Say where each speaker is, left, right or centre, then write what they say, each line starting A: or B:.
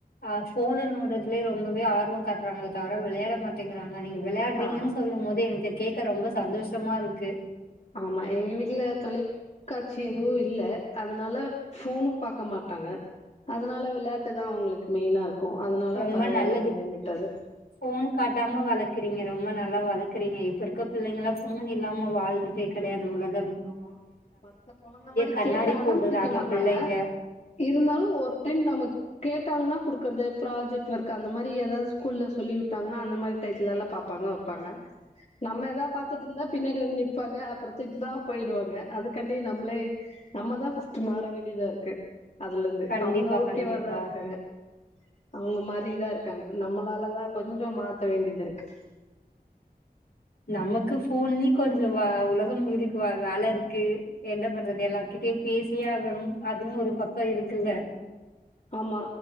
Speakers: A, on the left; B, on the left.
A: ஆ ஃபோன நோன்றதுலயே ரொம்பவே ஆர்வ காட்டுறாங்களே தவர வெளையாட மாட்டேங்கிறாங்க ஆனா நீங்க விளையாடுறீங்கனு
B: ஆ
A: சொல்லும் போதே எனக் கேக்க ரொம்ப சந்தோஷமா இருக்கு
B: ஆமா எங்க வீட்டுல தொலைக்காட்சி எதுவு இல்ல அதனால ஃபோன்னு பாக்க மாட்டாங்க அதனால விளையாட்டுதா அவங்களுக்கு மெயினா இருக்கு அதனால
A: ரொம்ப
B: பரவால்ல
A: நல்லது
B: அப்டின்னு விட்டது
A: ஃபோன் காட்டாம வளக்குறீங்க ரொம்ப நல் வளக்குறீங்க இப்ப இருக்க பிள்ளைங்களா ஃபோன் இல்லாம வாழ்றதே கெடையாது உலக
B: ஆமா மத்த கொழந்த மாரி
A: கண்ணாடி
B: கேட்டு அடம்பிடிக்க
A: போட்டுறாங்க
B: மாட்டாங்க
A: பிள்ளைங்க
B: இருந்தாலு ஒரு டைம் நமக் கேட்டாங்கன்னா கொடுக்குறது ப்ராஜெக்ட் ஒர்க் அந்த மாரி எதாவது ஸ்கூல்ல சொல்லிவுட்டாங்கன்னா அந்த மாரி டையத்தலா பாப்பாங்க வைப்பாங்க நம்ம எதா பாத்துட்டு இருந்தா பின்னாடி வந்து நிப்பாங்க அப்புறத்திட் ட்டா போயிடுவாங்க அதுக்காண்டி நம்மளே நம்ம தா ஃபஸ்ட்டு மாற வேண்டியதா இருக்கு அதுலந்து
A: கண்டிப்பா
B: அவங்க ஓகேவாதா
A: கண்டிப்பா
B: இருக்காங்க அவங்க மாரிதா இருக்காங்க நம்மளாலதா கொஞ்சோ மாத்த வேண்டியதிருக்கு
A: நமக்கு ஃபோன்லய கொஞ்சோ வ உலகம் இருக்கு வ வேல இருக்கு என்ன பண்றது எல்லார்க்கிட்டயு பேசியாக கணு அதுவு ஒரு பக்க இருக்கு இல்ல
B: ஆமா